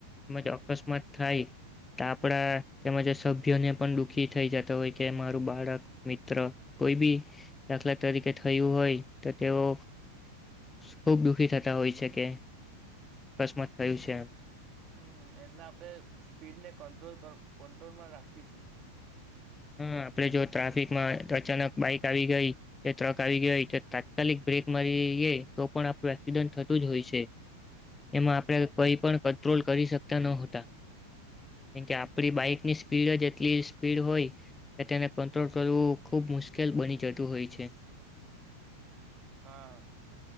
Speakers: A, on the left (about 15°); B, on the right (about 40°).
A: તેમજ અકસ્માત થાય તો આપણા તેમજ જે સભ્યોને પણ દુઃખી થઈ જતો હોય કે મારું બાળક, મિત્ર કોઈ બી દાખલા તરીકે થયું હોય તો તેઓ ખુબ દુખી થતા હોય છે કે અકસ્માત થયું છે એમ.
B: હમ્મ એટલે આપણે સ્પીડ ને કંટ્રોલ ક કોંટ્રોલમાં રાખવી જોઈએ.
A: હા આપણે જો ટ્રાફિકમાં અચાનક બાઈક આવી ગઈ, કે ટ્રક આવી ગઈ તો તાત્કાલિક બ્રેક મારીઈએ તો પણ આપણું એક્સિડન્ટ થતું જ હોય છે.
B: હમ
A: એમાં આપડે કંઈ પણ કર કટ્રોલ કરી શકતા ન હતા કેમ કે આપણી બાઈકની સ્પીડ જ એટલી સ્પીડ હોય કે તેને કંટ્રોલ કરવું ખૂબ મુશ્કેલ બની જતું હોય છે.
B: હા.